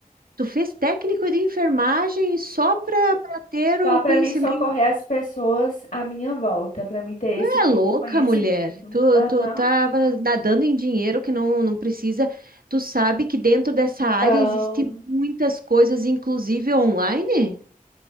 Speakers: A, on the right; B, on the left.
A: Tu fez técnico de enfermagem só pra, ter o
B: Só para
A: conhecimento.
B: mim socorrer as pessoas à minha volta, para mim ter
A: Tu
B: esse tipo
A: É louca,
B: de conhecimento.
A: mulher. Tu,
B: Aham.
A: tu tava nadando em dinheiro que não, não precisa. Tu sabe que dentro dessa
B: Então.
A: área existe muitas coisas, inclusive online?